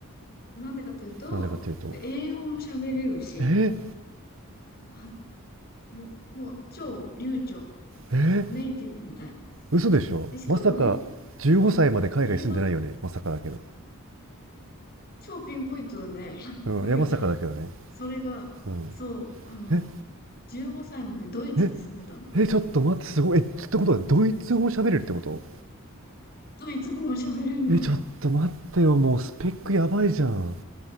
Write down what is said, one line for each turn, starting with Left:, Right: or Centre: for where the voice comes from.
Left: なんでかっていうと、
Right: なんでかっていうと、
Left: 英語も喋れるし、
Right: え、
Left: は、もう、もう超流暢。
Right: え、
Left: もうネイティブみたいな。
Right: 嘘でしょ、
Left: で、しかもね、
Right: まさか、15歳まで海外住んでないよね、
Left: そう、英語
Right: まさかだけど。
Left: 超ピンポイントだね。<laughs>
Right: うん、いや、
Left: いや、
Right: まさかだけどね。
Left: それが、
Right: うん。
Left: そう、あの、
Right: え、
Left: 15歳までドイツに住んでたんだって。
Right: え、え、ちょっと待って、すごい。え、ってことは、ドイツ語喋れるってこと
Left: ドイツ語も喋れるの。
Right: え、ちょっと待ってよ、もうスペックやばいじゃん。